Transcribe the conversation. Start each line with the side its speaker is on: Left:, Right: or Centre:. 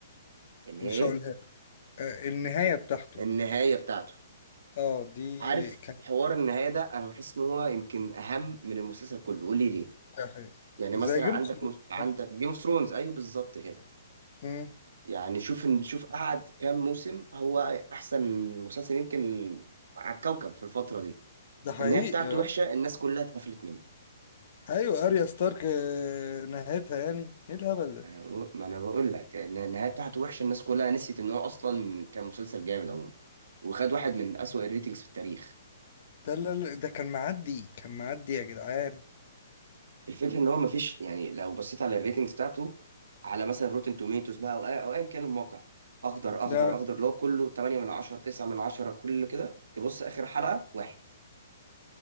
Right: ان هي
Left: مش هقولها لك آه، النهايه بتاعته
Right: النهايه بتاعته
Left: اه دي
Right: عارف
Left: كانت
Right: حوار النهايه ده انا بحس ان هو يمكن اهم من المسلسل كله قول لي ليه
Left: ده حقيقي.
Right: يعني
Left: زي
Right: مثلا
Left: جيم
Right: عندك
Left: اوف ثرونز.
Right: مس... عندك جيم اوف ثرونز ايوه بالظبط كده
Left: مم.
Right: يعني شوف ان شوف قعد كام موسم هو احسن مسلسل يمكن على الكوكب في الفتره دي
Left: ده حقيقي
Right: النهايه بتاعته
Left: اه
Right: وحشه الناس كلها اتقفلت منه
Left: ايوه اريا ستارك آه، نهايتها يعني ايه الهبل ده
Right: انا بقو- ما انا بقول لك ان النهايه بتاعته وحشه الناس كلها نسيت ان هو اصلا كان مسلسل جامد عموما وخد واحد من اسوأ الريتنجز في التاريخ
Left: ده لا لا ده كان معدي كان معدي يا جدعان
Right: الفكره ان هو ما فيش يعني لو بصيت على الريتنجز بتاعته على مثلا روتن توميتوز بقى او أي- او ايا كان الموقع اخضر اخضر
Left: لا
Right: اخضر اللي هو كله 8 من 10 9 من 10 كله كده تبص اخر حلقه واحد